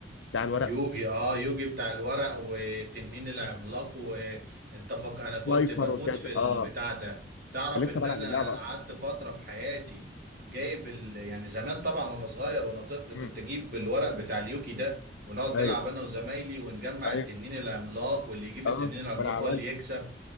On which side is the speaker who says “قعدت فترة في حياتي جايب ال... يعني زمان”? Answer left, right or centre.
Right